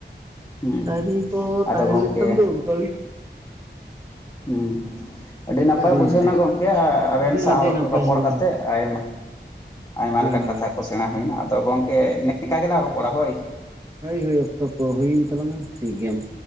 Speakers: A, on the left; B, on the right.
A: ᱦᱮᱸ
B: ᱰᱟᱝᱨᱤ ᱠᱚ
A: ᱟᱫᱚ
B: ᱛᱟᱦᱮᱸᱞᱮᱠᱷᱟᱱ
A: ᱜᱚᱢᱠᱮ
B: ᱫᱚ ᱚᱝᱠᱟᱜᱤ
A: ᱦᱩᱸ ᱟᱹᱰᱤ ᱱᱟᱯᱟᱭ
B: ᱦᱳᱭ ᱜᱚᱝᱠᱮ
A: ᱵᱩᱡᱷᱟᱹᱣ ᱱᱟ ᱜᱚᱢᱠᱮ ᱟᱵᱮᱱ
B: ᱦᱮᱸ
A: ᱥᱟᱶ
B: ᱟᱹᱰᱤ ᱱᱟᱯᱟᱭ
A: ᱨᱚᱯᱚᱲ
B: ᱦᱮᱸ
A: ᱠᱟᱛᱮᱜ ᱟᱭᱢᱟ ᱟᱭᱢᱟ ᱞᱮᱠᱟᱱ
B: ᱦᱮᱸ
A: ᱠᱟᱛᱷᱟ ᱠᱚ ᱥᱮᱬᱟ ᱦᱩᱭᱱᱟ ᱟᱫᱚ ᱜᱚᱢᱠᱮ ᱱᱮᱠᱟ ᱜᱮᱞᱟᱝ ᱨᱚᱯᱚᱲᱟ ᱦᱳᱭ᱾
B: ᱦᱳᱭ ᱦᱳᱭ ᱚᱠᱛᱚ ᱠᱚ ᱦᱩᱭᱮᱱ ᱛᱟᱞᱟᱝᱼᱟ ᱴᱷᱤᱠ ᱜᱮᱭᱟ ᱢᱟ᱾